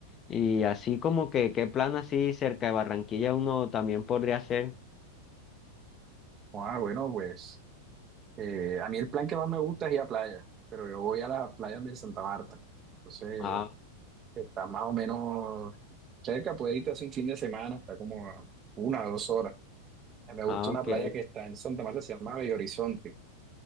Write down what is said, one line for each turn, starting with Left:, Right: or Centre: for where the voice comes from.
Left: Y así como que, ¿qué plan así cerca de Barranquilla uno también podría hacer?
Right: Ah, bueno, pues eh, a mí el plan que más me gusta es ir a playa, pero yo voy a las playas de Santa Marta. Entonces,
Left: Ah,
Right: está más o menos cerca, puede irte hace un fin de semana, está como a una o dos horas. Me gusta
Left: ah,
Right: una
Left: ok,
Right: playa que está en Santa Marta, se llama Bello Horizonte,